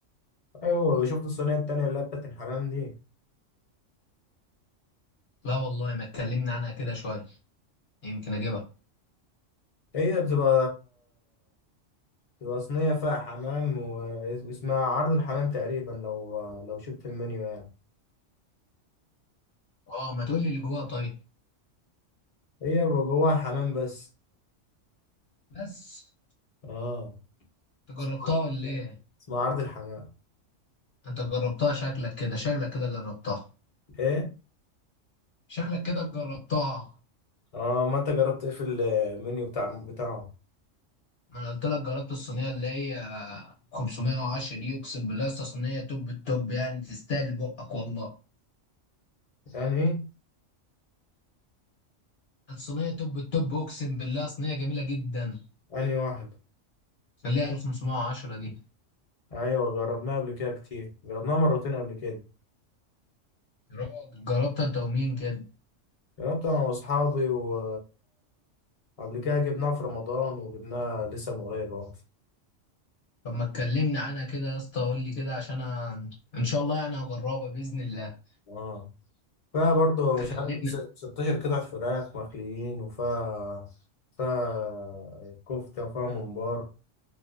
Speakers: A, on the left; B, on the left.
A: ايوه شفت الصينيه التانية اللي هي بتاعت الحمام دي
B: لا والله ما اتكلمنا عنها كده شوية يمكن اجيبها
A: هي بتبقى بتبقى صينيه فيها حمام واسمها عرض الحمام تقريبا لو لو شفت المنيو يعني
B: اه ما تقولي اللي جواها طيب
A: هي بيبقى جواها حمام بس
B: بس
A: اه
B: انت
A: اسمها
B: جربتها
A: عرض
B: ولا
A: الحمام،
B: ايه
A: اسمها عرض الحمام
B: انت جربتها شكلك كده شكلك كده جربتها
A: ايه
B: شكلك كده جربتها
A: اه ما انت جربت ايه في المنيو بتاع بتاعه
B: ما انا قلت لك جربت الصينيه اللي هي 510 دي اقسم بالله أصل صينيه توب التوب يعني تستاهل بقك والله
A: يعني ايه
B: الصينيه توب التوب اقسم بالله صينيه جميله جدا
A: يعني واحد
B: اللي هي ال 510 دي
A: ايوه جربناه قبل كده كتير جربناه مرتين قبل كده
B: يا راجل جربت انت ومين كده
A: جربت انا واصحابي و قبل كده جبناه في رمضان وجبناه لسه من قريب اهو
B: طب ما تكلمني عنها كده يا اسطى قول لي كده عشان أ... ان شاء الله يعني هجربها باذن الله
A: اه فيها برضه مش
B: كلمني
A: عارف س- 16 قطعة فراخ مخليين وفيها فيها كفتة وفيها ممبار